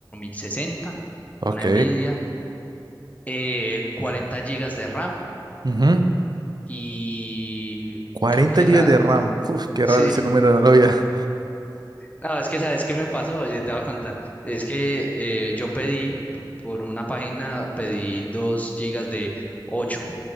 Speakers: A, on the left; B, on the right.
A: sesenta,
B: Ok,
A: una Nvidia, eh, 40 GB de RAM
B: Ujú.
A: y
B: 40
A: creo que
B: GB
A: la...
B: de RAM. Uf, qué
A: Sí,
B: raro ese número, no lo había.
A: no, es que sabes qué me pasó, oye, te voy a contar. Es que eh, yo pedí, p- por una página, pedí 2 gigas de ocho,